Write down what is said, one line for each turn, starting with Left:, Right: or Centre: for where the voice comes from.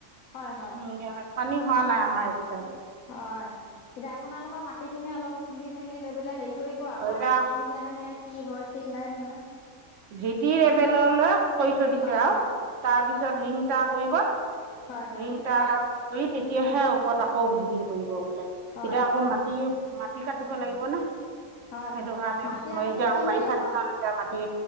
Left: হয় হয়
Right: উম <unintelligible> পানী হোৱা নাই আমাৰ এটো
Left: হয়। এতিয়া আপোনালোকৰ মাটি খিনি অলপ তুলি মেলি লৈ পেলাই হেৰি কৰিব আৰু। পানী
Right: এতিয়া
Left: কোনদিন আহে কি হয় ঠিক নাই নহয়।
Right: ভিটিৰ লেবেললৈ কৰি থৈ দিছো
Left: হয়
Right: আৰু।
Left: হয়
Right: তাৰপিছত ৰিংটা কৰিব।
Left: হয় হয় হয়
Right: ৰিংটাৰ কৰি তেতিয়াহে ওপৰত আকৌ ভিতিটো কৰিব। বোলে,
Left: হয়
Right: এতিয়া আকৌ
Left: হয়
Right: মাটি
Left: হয়
Right: মাটি কাটি ইব লাগিব ন।
Left: হয়
Right: সেইটো
Left: হয়।
Right: কাৰণে
Left: মাটি
Right: মই
Left: আপুনি
Right: এতিয়া আকৌ
Left: কিনি
Right: বাৰিষা
Left: ল'ব,
Right: দিনত এতিয়া মাটি